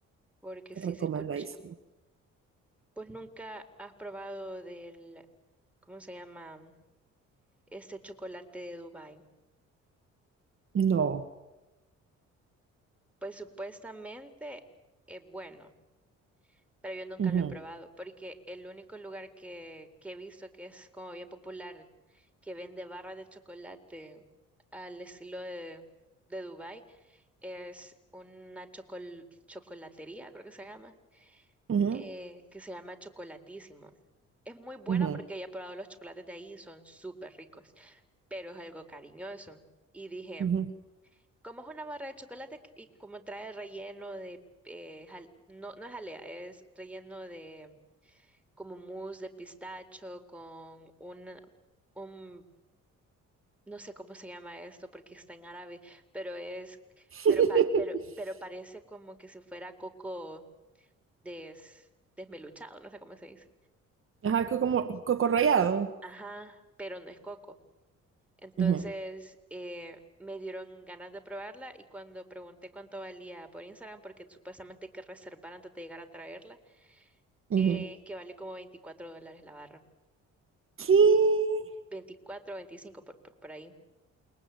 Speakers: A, in the centre; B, on the right.
A: porque sí
B: Recomendadísimo.
A: se escucha. Pues nunca has probado del, ¿cómo se llama? Este chocolate de Dubái.
B: No.
A: Pues supuestamente es bueno, pero yo nunca
B: Ujú,
A: lo he probado, porque el único lugar que, que he visto que es como bien popular, que vende barras de chocolate al estilo de, de Dubái, es una chocol- chocolatería, creo que se llama,
B: ujú,
A: eh, que se llama Chocolatísimo. Es muy buena
B: ujú,
A: porque ya he probado los chocolates de ahí y son súper ricos. pero es algo cariñoso. Y dije,
B: ujú.
A: como es una barra de chocolate y como trae relleno de, eh, jal- no, no es jalea, es relleno de como mousse de pistacho con un, un, no sé cómo se llama esto porque está en árabe, pero es,
B: <laughs>
A: pero, pa- pero, pero parece como que si fuera coco des, desmeluchado, no sé cómo se dice.
B: Ajá, co- como coco rallado.
A: Ajá, pero no es coco. Entonces
B: Ujú,
A: eh, me dieron ganas de probarla y cuando pregunté cuánto valía por Instagram, porque supuestamente hay que reservar antes de llegar a traerla,
B: ujú.
A: eh, que vale como 24 dólares la barra.
B: ¿Qué?
A: veinticuatro o 25 por, por, por ahí.